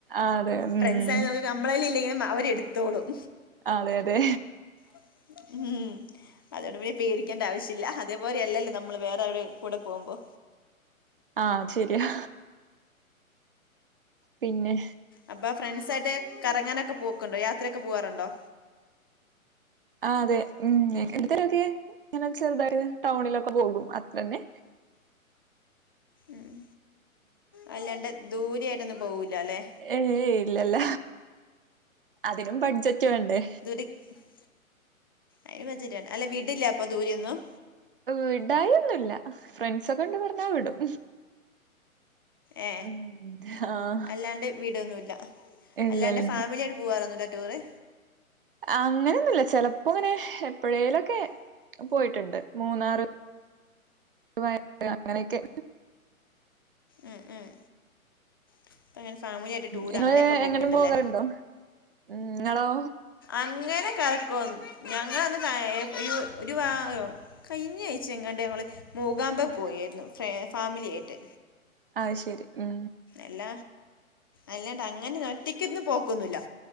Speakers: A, on the right; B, on the left.
A: അതെ ഉം
B: ഫ്രണ്ട്സ് ആയാൽ നമ്മളേൽ ഇല്ലെങ്കിലും അവരെ ടുത്തോളും
A: അതെ അതെ
B: ഉം അതുകൊണ്ട് പിന്നെ പേടിക്കണ്ട ആവശ്യല്ല അതേപോലെയല്ലല്ലോ നമ്മള് വേറെ ആരുടേയും കൂടെ പോകുമ്പോ
A: ആ അത് ശരിയാ പിന്നെ
B: അപ്പോ ഫ്രണ്ട്സായിട്ട് കറങ്ങാനൊക്കെ പോക്കുണ്ടോ യാത്രയൊക്കെ പോവാറുണ്ടോ
A: ആ അതെ ഉം എടക്കൊക്കെ ഇങ്ങനെ ചെറുതായിട്ട് ടൗണിലൊക്കെ പോകും അത്ര തന്നെ
B: ഉം അല്ലാണ്ട് ദൂരെയായിട്ടൊന്നും പോവൂലല്ലെ
A: ഏ ഇല്ലല്ല അതിനും ബഡ്ജറ്റ് വേണ്ടേ
B: <inaudible> അയി പചാണ് അല്ലെ വിടില്ലേ അപ്പൊ ദൂരെയൊന്നും
A: വിടായൊന്നൂല്ല ഫ്രണ്ട്സൊക്കെ ണ്ട് പറഞ്ഞാ വിടും.
B: ഏ
A: ഉം ആഹ്
B: അല്ലാണ്ട് വിടൊന്നുമില്ല
A: ഇല്ലല്ല
B: അല്ലാണ്ട് ഫാമിലി ആയിട്ട് പോകാറൊന്നുമില്ലേ ടൂറ്
A: അങ്ങനെയൊന്നൂല്ല ചെലപ്പോ ങ്ങനെ എപ്പോഴേലൊക്കെ പോയിട്ടുണ്ട് മൂന്നാറ് വയ അങ്ങനെക്കെ.
B: ഉം ഉം അപ്പ അങ്ങനെ ഫാമിലിയിട്ട് ടൂർ
A: നിങ്ങള്
B: അങ്ങനെയൊക്കെ പോക്ക്ണ്ടല്ലേ
A: എങ്ങട്ടും പോകാറുണ്ടോ ഉം നിങ്ങളോ
B: അങ്ങനെ കറക്കൊന്ന് ഞങ്ങന്ന് ഒരു വായൊ കഴിഞ്ഞ ആഴ്ച എങ്ങാണ്ട് ഞങ്ങള് മൂകാമ്പ പോയിരുന്നു ഫ ഫാമിലിയായിട്ട്
A: അതു ശരി ഉം
B: അല്ല അല്ലാണ്ട് അങ്ങനെ ഒറ്റക്കൊന്നും പോക്കൊന്നൂല്ല്യ